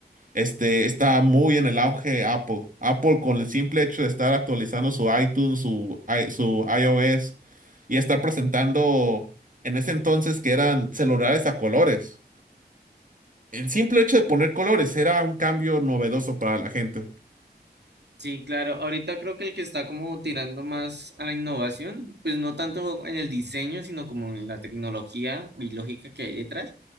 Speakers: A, on the right (about 50°); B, on the right (about 85°).
A: este, estaba muy en el auge Apple. Apple con el simple hecho de estar actualizando su iTunes, su, i- su iOS y estar presentando en ese entonces que eran celulares a colores. El simple hecho de poner colores era un cambio novedoso para la gente.
B: Sí, claro. Ahorita creo que el que está como tirando más a la innovación, pues no tanto en el diseño, sino como en la tecnología y lógica que hay detrás,